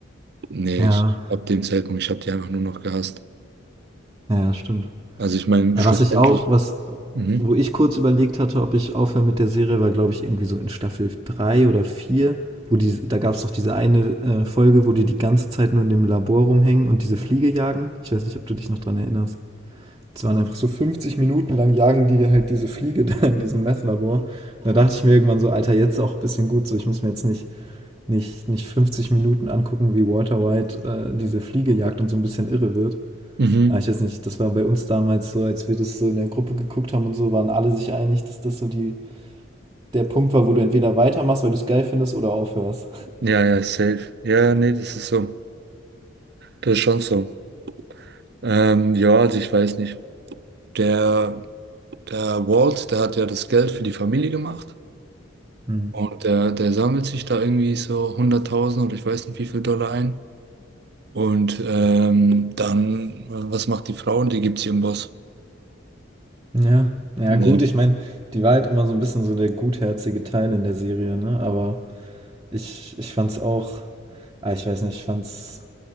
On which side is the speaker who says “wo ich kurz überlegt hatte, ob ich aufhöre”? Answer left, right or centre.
Right